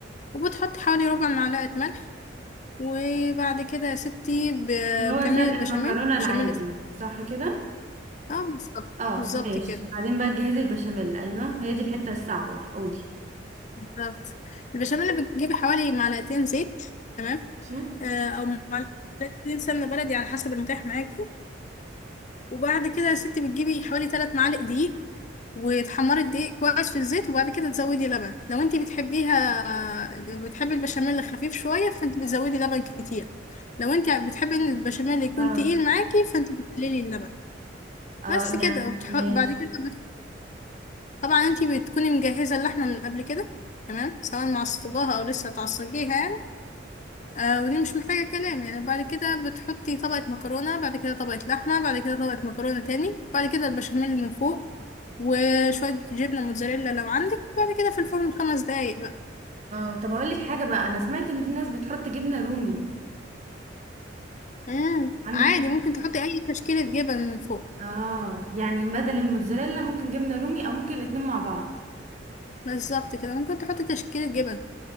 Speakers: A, on the left; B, on the right.
A: وبتحطي حوالي ربع معلقه ملح وبعد كده يا ستي ب-
B: اللي هو
A: بتعملي
B: سلق
A: البشاميل
B: المكرونه
A: بشاميل
B: العادي صح كده
A: اه بالظبط
B: اه
A: بالظبط
B: ماشي
A: كده
B: بعدين بقى تجهزي البشاميل ايوه هي دي الحته الصعبه بقى قولي
A: بالظبط البشاميل بتجيبي حوالي معلقتين زيت تمام
B: ماشي
A: آه او معلقتين سمنه بلدي على حسب المتاح معاكي وبعد كده يا ستي بتجيبي حوالي ثلاث معالق دقيق وتحمري الدقيق كويس في الزيت وبعد كده تزودي لبن لو انتي بتحبيها بتحبي البشاميل خفيف شويه فانت بتزودي لبن كتير لو انت بتحبي ان البشاميل يكون
B: اه
A: تقيل معاكي فانت بتقللي اللبن
B: اه
A: بس كده
B: يعني
A: وبتح...
B: ماشي
A: بعد كده طبعا انتي بتكوني مجهزة اللحمة من قبل كده تمام سواء معصجاها او لسه هتعصجيها يعني آه ودي مش محتاجة كلام يعني بعد كده بتحطي طبقة مكرونة بعد كده طبقة لحمة بعد كده طبقة مكرونة تاني بعد كده البشاميل من فوق وشوية جبنة موتزاريلا لو عندك بعد كده في الفرن خمس دقايق بقى
B: اه طب هقول لك حاجه بقى انا سمعت ان في ناس بتحط جبنه رومي
A: امم
B: عندك
A: عادي
B: في
A: ممكن تحطي اي تشكيلة جبن من فوق
B: اه يعني بدل الموتزاريلا ممكن جبنة رومي او ممكن الاتنين مع بعض
A: بالظبط كده ممكن تحطي تشكيلة جبن